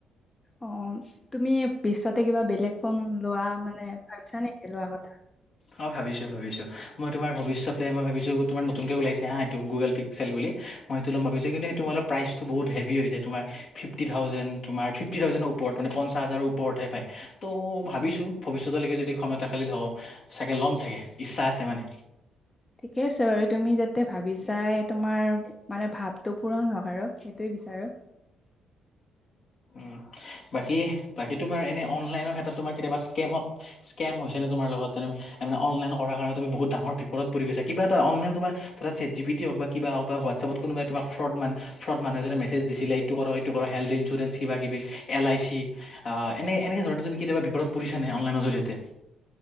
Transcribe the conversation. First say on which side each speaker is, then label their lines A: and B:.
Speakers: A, on the left; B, on the left.
A: অ', তুমি বিচাৰাটো কিবা বেলেগ। ফোন লোৱা মানে ভাবিছা নেকি লোৱা কথা।
B: অ ভাবিছো ভাবিছো মই তোমাৰ ভৱিষ্যতে, মই ভাবিছোঁ তোমাৰ নতুনকে ওলাইছে হা এইটো গুগল পিক্সেল বুলি। মই সেইটো লম ভাবিছোঁ কিন্ত সেইটো মানে প্ৰাইচ বহুত হেভি হৈ যায়। তোমাৰ ফিফটি থাউজেন্ড, তোমাৰ ফিফটি থাউজেন্ডৰ ওপৰত মানে পঞ্চাছ হাজাৰৰ ওপৰতে পায়। ত ভাবিছোঁ। ভৱিষ্যতলৈকে যদি ক্ষমতাশালী হওঁ চাগে ল'ম চাগে ইচ্ছা আছে মানে।
A: ঠিকে আছে বাৰু, তুমি যাতে ভাবি চাই তোমাৰ মানে ভাৱটো পূৰণ হওঁক আৰু, সেইটোৱে বিচাৰো।
B: উ', বাকী বাকী তোমাৰ এনে অনলাইনৰ ক্ষেত্ৰত তোমাৰ কেনেকুৱা, ইচকেমত ইচ্কেম হৈছে নে? তোমাৰ লগত অনলাইন কৰাৰ কাৰণে তুমি বহুত ডাঙৰ বিপদত পৰি গৈছা। কিবা এটা অনলাইন তোমাৰ ধৰা চাত জি পি টিয়ে হওঁক বা কিবা হওঁক বা হোৱাটছআপত কোনোবাই তোমাক ফ্ৰড মানে মানুহ এজনে মেছেজ দিছিলে। এইটো কৰক এইটো কৰক হেল্থ ইঞ্চুৰেঞ্চ কিবা কিবি এল আই চি আ এনে এনে ধৰণে তুমি কেতিয়াবা বিপদত পৰিছা নে? অনলাইনৰ জৰিয়তে।